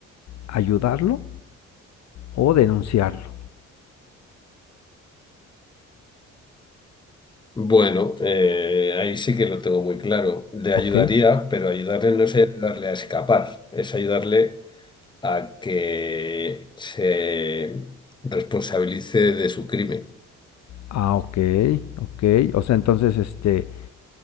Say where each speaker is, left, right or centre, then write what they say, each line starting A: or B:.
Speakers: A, on the left; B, on the left.
A: ¿Ayudarlo o denunciarlo?
B: Bueno, eh, ahí sí que lo tengo muy claro. Le
A: ¿Ok?
B: ayudaría, pero ayudarle no es ayudarle a escapar, es ayudarle a que se responsabilice de su crimen.
A: Ah, ok, ok. O sea, entonces, este,